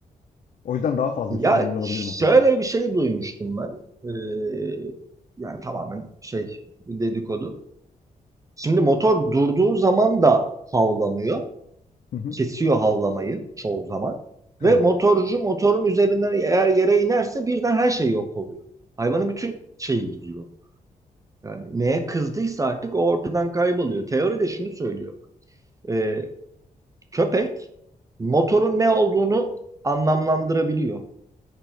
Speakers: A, on the left; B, on the right.
A: O yüzden daha fazla
B: Ya
A: üstüne gidiyor olabilir
B: şöyle
A: motorun.
B: bir şey duymuştum ben. Ee, yani tamamen şey dedikodu. Şimdi motor durduğu zaman da havlamıyor.
A: Hı hı.
B: Kesiyor havlamayı çoğu zaman.
A: Evet.
B: Ve motorcu motorun üzerinden eğer yere inerse birden her şey yok oluyor. Hayvanın bütün şeyi gidiyor. Yani neye kızdıysa artık o ortadan kayboluyor. Teori de şunu söylüyor. Ee, köpek motorun ne olduğunu anlamlandırabiliyor.